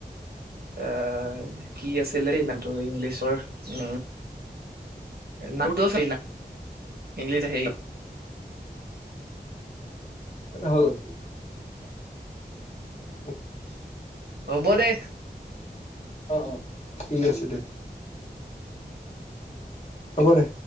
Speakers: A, on the right; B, on the left.
A: এ- কি আছিলে নামটো ইংলিছৰ। এ নামটো চ নিংলি আহেই।
B: অ দে হৈ গ'ল। <inaudible>
A: হ'ব দে।
B: অ-অ ঠিক আছে দে। হ'ব দে।